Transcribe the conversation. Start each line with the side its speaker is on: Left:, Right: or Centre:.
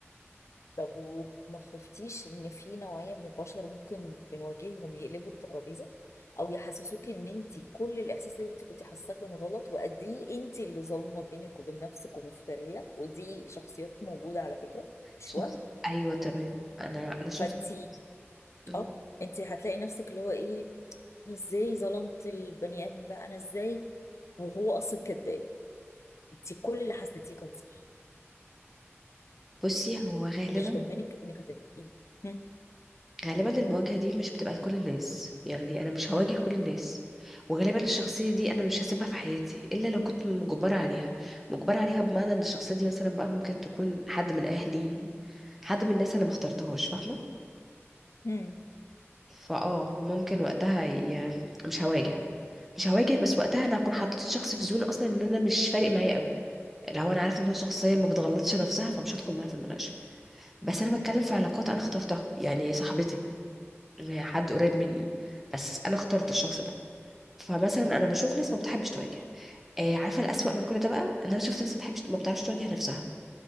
Left: طب وما خفتيش ان في نوعية من البشر ممكن بنواجههم يقلبوا الترابيزة او يحسسوك ان انت كل الاحساس اللي انت كنت حاساه كان غلط وقد ايه انت اللي ظالمة بينك وبين نفسك ومفترية ودي شخصيات موجودة على فكرة مش
Centre: شخص
Left: وهم
Centre: ايوه تمام انا انا شفت
Left: فانت
Centre: مم.
Left: اه انت هتلاقي نفسك اللي هو ايه انا ازاي ظلمت البني ادم ده انا ازاي وهو اصلا كداب انت كل اللي حسيتيه كان صح
Centre: بصي هو غالبا
Left: مش ضمنك انك هتبقي إيه؟ هم.
Centre: غالبا المواجهة دي مش بتبقى لكل الناس يعني أنا مش هواجه كل الناس وغالبا الشخصية دي أنا مش هسيبها في حياتي إلا لو كنت مجبرة عليها مجبرة عليها بمعنى إن الشخصية دي مثلا بقى ممكن تكون حد من أهلي حد من الناس أنا ما اخترتهاش فاهمة
Left: هم.
Centre: فأه ممكن وقتها ي... مش هواجه مش هواجه بس وقتها أنا هكون حطيت الشخص في زون أصلا إن أنا مش فارق معايا قوي لو أنا عارفة إن هو شخصية ما بتغلطش نفسها فمش هدخل معاها في المناقشة بس أنا بتكلم في علاقات أنا اخترتها يعني صاحبتي حد قريب مني بس انا اخترت الشخص ده فمثلا انا بشوف ناس ما بتحبش تواجه آه عارفه الأسوأ من كل ده بقى ان انا شفت ناس ما بتحبش ما بتعرفش تواجه نفسها